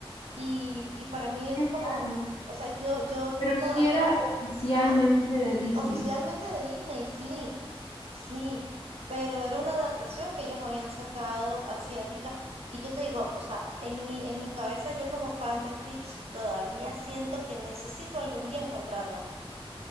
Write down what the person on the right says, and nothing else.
y, y para mí es
como,
o sea, yo, yo
todavía,
ah,
oficialmente de Disney, sí, sí, pero era una adaptación que ellos habían sacado asiática. Y yo te digo, o sea, en mi, en mi cabeza yo como fan de Stitch todavía siento que necesito algún día encontrarla. O